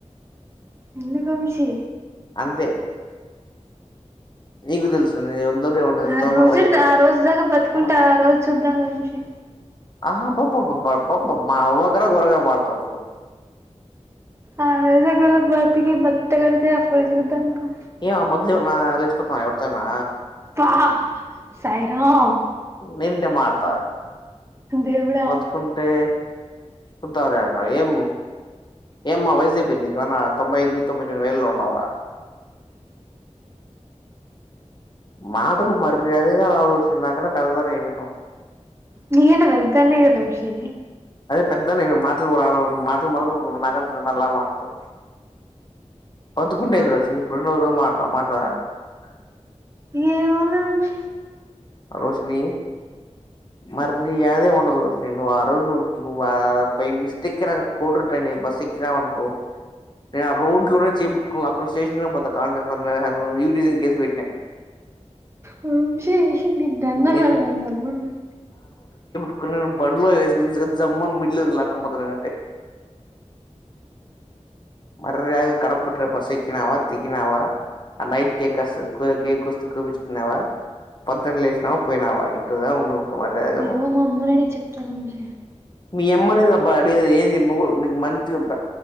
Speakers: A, on the right; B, on the left.
A: ఎందుక్ వంశీ
B: అంతే నీకు తెలుసు నేను ఎంతవరకు ఎవరు ఎంతవరకు
A: ఆ రోజుడ్
B: నా లైఫ్
A: ఆ రోజ్ దాకా బతుకుంట ఆ రోజ్ చూద్దాంలే వంశీ
B: ఆహ అబ్బబ్బబ్బబ్బ మా అవ్వ కన్నా గోరంగా మాట్లాడతావ్ నువ్వు
A: అదే గదా బతికి బట్ట కడతే అప్పుడు చూద్దాం పో
B: ఏమ! !!!!!!!!! ఎవర్ తో అయినా
A: పా సాయిరాం
B: నివుంటే మార్తా
A: దేవుడా
B: బతుకుంటే సుద్దంలే అబ్బ ఏం ఏమ్మా వయసైపోయింది. ఏమన్న తొంభై ఎనమిది తొంభై తొమ్మిది వెేళ్ళు ఉన్నామా మాటలు మర్యాదగా రావాల్సి నాకన్నా పెద్దద ఏన్నావ్
A: నీకంటే వద్దాన్ని గ వంశీ
B: పెద్దాని గా మాటల్ రావు మాటల్ మల్ల నువ్ నాకన్నా చిన్నదానిలా మాట్లాడతావ్ బతుకుంటే
A: పా
B: ఏంది రోష్ని <unintelligible>
A: ఏమన్నా వంశీ
B: రోష్ని మల్లి అదే ఉండదు రోష్ని నువ్ ఆ రోజ్ నువ్ నువ్వా బై మిస్టేక్ గ నాక్ బస్ ఎక్కినవనుకో నేన్ ఆ రోడ్ లోనే చీప్ <unintelligible> స్టేశన్ పొత్ <unintelligible> కేసు పెట్నా
A: వంశీ నిక్ దండం
B: నేను
A: పెడతానరా నమ్మండి
B: అక్కడ నేన్ బండ్లో వేసుకు చూసానా జమ్మని మిడ్లేదు లక్కంపోత నేనైతే అరె కడం పెట్ బస్సె ఎకినామా దిగినామా ఆ నైట్ కేక్ అస్తద్ కేక్ అస్తే కోపించుకున్నావా పంతెం లేస్ వచ్చినవ పోయినావా ఇట్టనే ఉండు మరి అదే నువ్వు
A: ఏమో మా అమ్మని అడిగి చెప్తాలే వంశీ
B: మీ అమ్మ అ ఏంది ముగు నిక్ మంచిగ్ చేప్ప